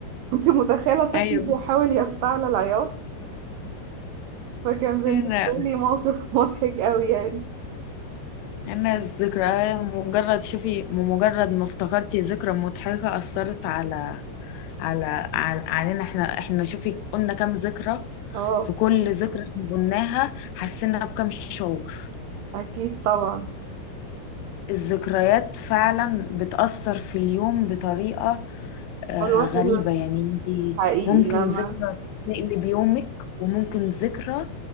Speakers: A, on the right; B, on the left.
A: كنت متخيلة طفل
B: ايوه
A: بيحاول يفتعل العياط فكان بالنسبة
B: هنا
A: لي موقف <laughs> مضحك قوي يعني
B: هنا الذكرى مجرد شوفي مجرد ما افتكرتي ذكرى مضحكة أثرت على على على علينا احنا احنا شوفي قلنا كام ذكرى
A: اه
B: في كل ذكرى احنا قلناها حسينا بكم شعور
A: أكيد طبعا
B: الذكريات فعلا بتأثر في اليوم بطريقة آه،
A: الواحد
B: غريبة
A: لا
B: يعني انتي
A: حقيقي
B: ممكن
A: لما
B: ذكرى تقلب يومك وممكن ذكرى